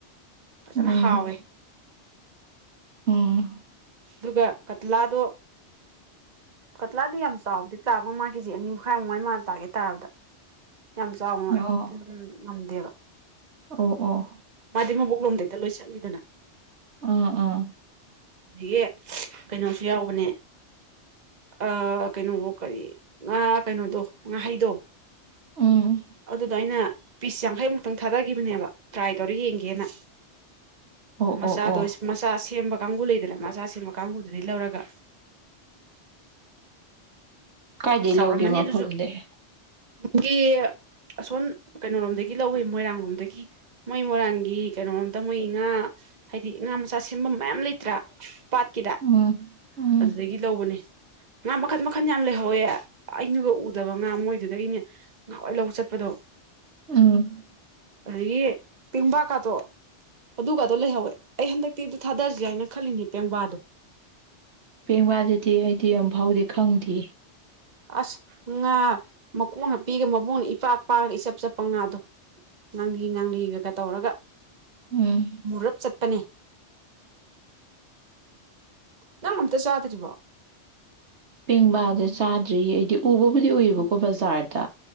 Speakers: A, on the right (about 40°); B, on the right (about 70°).
A: ꯐꯖꯅ
B: ꯎꯝ
A: ꯍꯥꯎꯋꯦ
B: ꯎꯝ
A: ꯑꯗꯨꯒ ꯀꯠꯂꯥꯗꯣ ꯀꯠꯂꯥꯗꯤ ꯌꯥꯝ ꯆꯥꯎꯕꯗꯤ ꯇꯥꯕ ꯃꯥ ꯀꯦꯖꯤ ꯑꯅꯤ ꯃꯈꯥꯏꯃꯨꯛꯥꯏ ꯃꯥꯥꯟꯅ ꯇꯥꯒꯦ ꯇꯥꯔꯕꯗ ꯌꯥꯝ ꯆꯥꯎꯅ
B: ꯑꯣ
A: ꯉꯝꯗꯦꯕ
B: ꯑꯣ ꯑꯣ
A: ꯃꯥꯗꯤ ꯃꯕꯣꯛꯂꯣꯝꯗꯩꯗ ꯂꯣꯏ ꯆꯠꯂꯤꯗꯅ
B: ꯎꯝ ꯎꯝ
A: ꯑꯗꯒꯤ ꯀꯩꯅꯣꯁꯨ ꯌꯥꯎꯕꯅꯦ ꯑ ꯀꯩꯅꯣ ꯀꯔꯤ ꯉꯥ ꯀꯩꯅꯣꯗꯣ ꯉꯥꯍꯩꯗꯣ
B: ꯎꯝ
A: ꯑꯗꯨꯗꯣ ꯑꯩꯅ ꯄꯤꯁ ꯌꯥꯡꯈꯩꯃꯨꯛꯇꯪ ꯊꯥꯗꯈꯤꯕꯅꯦꯕ ꯇ꯭ꯔꯥꯏ ꯇꯧꯔ ꯌꯦꯡꯒꯦꯅ
B: ꯑꯣ
A: ꯃꯆꯥꯗꯣ
B: ꯑꯣ ꯑꯣ
A: ꯃꯆꯥ ꯁꯦꯝꯕ ꯀꯥꯡꯒꯨ ꯂꯩꯗꯅ ꯃꯆꯥ ꯁꯦꯝꯕ ꯀꯥꯡꯒꯨꯗꯨꯗꯒꯤ ꯂꯧꯔꯒ
B: ꯀꯥꯏꯗꯩ
A: ꯆꯥꯎꯔꯝꯃꯅꯤ
B: ꯂꯧꯒꯦ ꯃꯐꯝꯗꯤ
A: ꯑꯗꯨꯁꯨ ꯄꯨꯡꯒꯤ ꯑꯁꯣꯟ ꯀꯩꯅꯣ ꯂꯣꯝꯗꯒꯤ ꯂꯧꯋꯤ ꯃꯣꯏꯔꯥꯡ ꯂꯣꯝꯗꯒꯤ ꯃꯣꯏ ꯃꯣꯏꯔꯥꯡꯒꯤ ꯀꯩꯅꯣꯝꯇ ꯃꯣꯏ ꯏ ꯉꯥ ꯍꯥꯏꯗꯤ ꯏꯥ ꯃꯆꯥ ꯁꯦꯝꯕ ꯃꯌꯥꯝ ꯂꯩꯇ꯭ꯔꯥ ꯄꯥꯠꯀꯤꯗ
B: ꯎꯝ ꯎꯝ
A: ꯑꯗꯨꯗꯒꯤ ꯂꯧꯕꯅꯦ ꯉꯥ ꯃꯈꯟ ꯃꯈꯟ ꯌꯥꯝ ꯂꯩꯍꯧꯋꯦ ꯑꯩꯅꯒ ꯎꯗꯕ ꯉꯥ ꯃꯣꯏꯗꯨꯗꯩꯅꯦ ꯉꯍꯋꯥꯏ ꯂꯧ ꯆꯠꯄꯗꯣ
B: ꯎꯝ
A: ꯑꯗꯒꯤ ꯄꯦꯡꯕꯥꯀꯥꯗꯣ ꯑꯗꯨꯒꯗꯣ ꯂꯩꯍꯧꯋꯦ ꯑꯩ ꯍꯟꯗꯛꯇꯤ ꯑꯗꯨ ꯊꯥꯗꯔꯁ ꯍꯥꯏꯅ ꯈꯜꯂꯤꯅꯤ ꯄꯦꯡꯕꯥꯗꯣ
B: ꯄꯦꯡꯕꯥꯗꯨꯗꯤ ꯑꯩꯗꯤ ꯑꯃꯝꯐꯥꯎꯗꯤ ꯈꯪꯗꯦ
A: ꯑꯁ ꯉꯥ ꯃꯀꯣꯛꯅ ꯄꯤꯒ ꯃꯕꯨꯡꯅ ꯏꯄꯥꯛ ꯄꯥꯂꯒ ꯏꯆꯞ ꯆꯞꯄ ꯉꯥꯗꯣ ꯉꯥꯡꯂꯤ ꯉꯥꯡꯂꯤꯒꯒ ꯇꯧꯔꯒ
B: ꯎꯝ
A: ꯃꯨꯔꯞ ꯆꯠꯄꯅꯦ ꯅꯅꯇ ꯆꯥꯇꯔꯤ ꯋꯥꯣ
B: ꯄꯦꯡꯕꯥꯗ ꯆꯥꯗ꯭ꯔꯤꯌꯦ ꯑꯩꯗꯤ ꯎꯕꯕꯨꯗꯤ ꯎꯏꯌꯦꯕꯀꯣ ꯕꯖꯥꯔꯗ